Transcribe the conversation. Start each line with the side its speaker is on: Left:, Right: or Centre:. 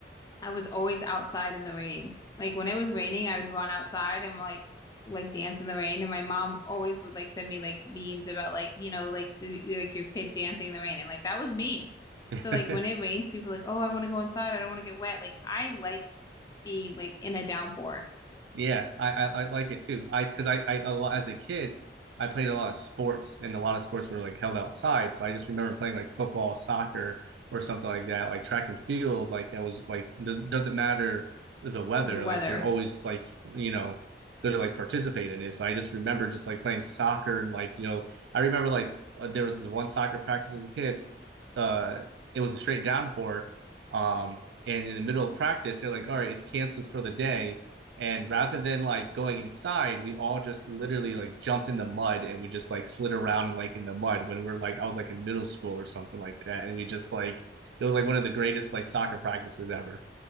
Left: I was always outside in the rain. Like when it was raining, I would run outside and like like dance in the rain. And my mom always would like send me like memes about like you know like does, like your kid dancing in the rain. And like that was me.
Right: <laughs>
Left: So like when it rains, people are like oh I want to go inside. I don't want to get wet. Like I like being like in a downpour
Right: Yeah, I, I, I like it too. I because I, I a lot as a kid, I played a lot of sports, and a lot of sports were like held outside. So I just remember playing like football, soccer, or something like that, like track and field. Like I was like, does doesn't matter the weather.
Left: with weather.
Right: Like you're always like you know good to like participate in it. So I just remember just like playing soccer and like you know I remember like uh, there was this one soccer practice as a kid uh, it was a straight downpour. Um, and in the middle of practice, they're like, all right, it's canceled for the day. And rather than like going inside, we all just literally like jumped in the mud and we just like slid around and like in the mud when we are like, I was like in middle school or something like that. And we just like, it was like one of the greatest like soccer practices ever.